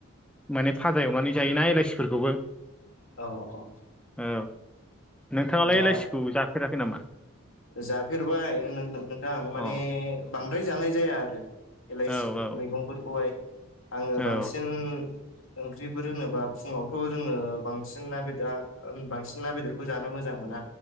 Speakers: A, in the centre; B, on the left.
A: माने फाजा एवनानै जायोना इलाइसिफोरखौबो
B: औ औ
A: औ नोंथाङालाय
B: दा
A: एलाइसिखौ जाफेराखै नामा
B: जाफेरबाय ओ नों नोंथां माने
A: अ
B: बांद्राय जानाय जाया आरो एलाइसि
A: औ औ
B: मैगंफोरखौहाय आङो
A: औ
B: बांसिन ओंख्रिफोर होनोबा फुङावथ जोङो बांसिन ना बेदा ओ बांसिन ना बेदर जानो मोजां मोना